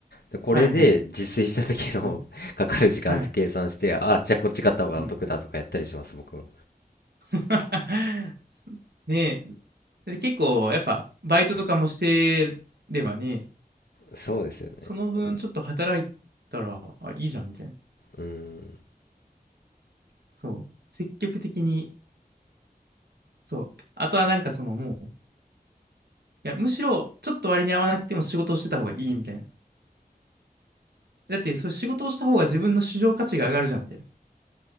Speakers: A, on the left (about 85°); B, on the right (about 85°).
A: で、これで自炊した時の
B: はいはい。はい。
A: <laughs> かかる時間と計算して、
B: はい。
A: あ、じゃあこっち買った方がお得だとかやったりします、
B: うん。
A: 僕も。
B: <laughs> ねえ。で、結構やっぱバイトとかもしてればね、
A: そうですよね。
B: その分ちょっと働いたら、あ、いいじゃんみたいな。
A: うん、
B: そう、積極的に、そう、あとはなんかそのもう、いや、むしろちょっと割に合わなくても仕事をしてた方がいいみたいな。だって、そう仕事をした方が自分の市場価値が上がるじゃんみたいな。